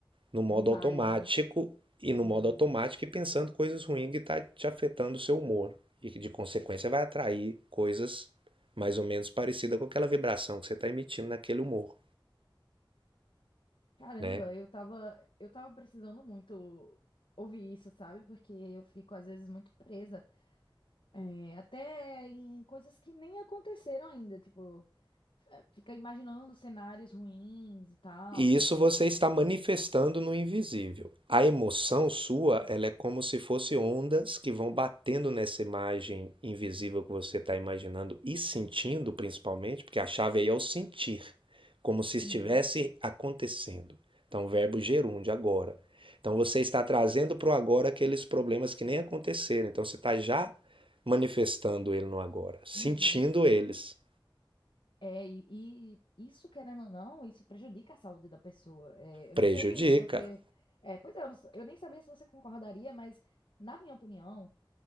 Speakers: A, on the right; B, on the left.
A: no modo
B: Demais,
A: automático
B: né?
A: e no
B: Uhum.
A: modo automático e pensando coisas ruins que está te afetando o seu humor e que de consequência vai atrair coisas mais ou menos parecidas com aquela vibração que você está emitindo naquele humor,
B: Caramba,
A: né?
B: eu tava, eu tava precisando muito ouvir isso, sabe? Porque eu fico às vezes muito presa, é, até em coisas que nem aconteceram ainda, tipo, é, fica imaginando cenários ruins e tal.
A: E isso você está manifestando no invisível. A emoção sua, ela é como se fosse ondas que vão batendo nessa imagem invisível que você está imaginando e sentindo, principalmente, porque a chave aí é o sentir, como se estivesse
B: Uhum.
A: acontecendo. Então, verbo gerúndio, agora. Então, você está trazendo para o agora aqueles problemas que nem aconteceram. Então, você está já manifestando ele no agora, sentindo
B: Uhum.
A: eles.
B: É, e, e isso, querendo ou não, isso prejudica a saúde da pessoa. É, eu
A: Prejudica.
B: não sei se você. É, pois é, eu, não s- eu nem sabia se você concordaria, mas, na minha opinião,